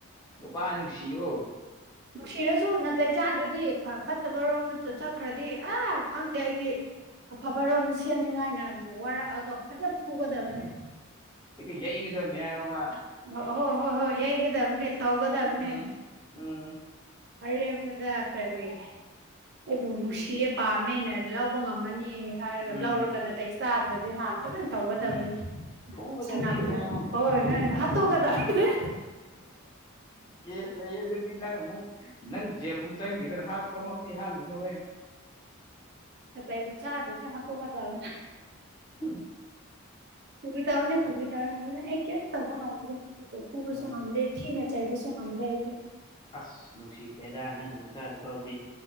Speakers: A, on the left; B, on the right.
A: ꯅꯨꯄꯥ ꯅꯨꯡꯁꯤꯌꫭ
B: ꯅꯨꯡꯁꯤꯔꯁꯨ ꯅꯥꯇꯩ ꯆꯥꯗ꯭ꯔꯗꯤ ꯐꯠꯇꯕ ꯔꯣꯝꯗ ꯆꯠꯈ꯭ꯔꯗꯤ ꯑꯥ ꯈꯪꯗꯦ ꯑꯩꯗꯤ ꯑꯐꯕꯔꯣꯝꯗ ꯁꯦꯝꯅꯤꯡꯉꯥꯏꯅꯗꯣ ꯋꯥꯔꯛꯑꯒ ꯐꯖ ꯐꯨꯒꯗꯕꯥꯅꯦ
A: ꯍꯦꯛꯇ ꯌꯩꯒꯗꯅꯦ ꯍꯥꯢꯌꯣꯕ
B: ꯑꯣ ꯍꯣ ꯍꯣꯏ ꯍꯣꯏ ꯌꯩꯒꯗꯕꯅꯦ ꯇꯧꯒꯗꯕꯅꯦ
A: ꯎꯝ ꯎꯝ
B: ꯑꯔꯦꯝꯕꯗ ꯀꯔꯤ ꯑꯩꯕꯨ ꯅꯨꯡꯁꯤꯌꯦ ꯄꯥꯝꯃꯦꯅ ꯂꯧꯕ ꯉꯝꯃꯅꯤ ꯑꯦ ꯍꯥꯏꯔꯒ
A: ꯎꯝ
B: ꯂꯧꯔꯒ ꯅꯥꯇꯩ ꯆꯥꯗ꯭ꯔꯗꯤ ꯍ ꯐꯖꯅ ꯇꯧꯒꯗꯕꯅꯤ
A: ꯎꯝ ꯐꯨꯒꯗꯕꯅꯤ
B: ꯁꯅꯥꯄꯣꯠ
A: ꯀꯥꯏꯌꯣ
B: ꯍꯣꯏ ꯍꯣꯏ ꯇꯣ ꯀꯗꯥꯅꯤ
A: ꯀꯦꯁ ꯂꯩꯌꯦ ꯑꯗꯨꯗꯤ ꯅꯪ ꯑꯃꯨꯛ ꯅꯪ ꯖꯦꯜꯃꯨꯛ ꯆꯪꯈꯤꯗꯅ ꯍꯥꯠꯄꯃꯛꯇꯤ ꯍꯥꯠꯂꯨꯅꯦꯍꯦ
B: ꯅꯇꯩꯕꯨ ꯆ꯭ꯗꯔꯤ ꯍꯥꯠꯇꯣꯛꯀꯗꯕ
A: ꯎꯝ
B: ꯐꯒꯤ ꯇꯧꯕꯅꯦ ꯐꯒꯤ ꯇꯧꯕꯅꯦ ꯑꯩ ꯀꯌꯤꯝ ꯇꯧꯕ ꯉꯝꯗꯦ ꯃꯤꯕꯨ ꯐꯨꯕꯁꯨ
A: ꯎꯝ
B: ꯉꯝꯗꯦ ꯊꯤꯅ ꯆꯩꯕꯁꯨ ꯉꯝꯗꯦ ꯑꯩꯗꯤ
A: ꯑꯁ ꯅꯨꯡꯁꯤ ꯈꯔꯦꯗꯥ ꯅꯪꯒꯤ ꯋꯥꯇꯥꯗꯨ ꯐꯥꯎꯗꯤ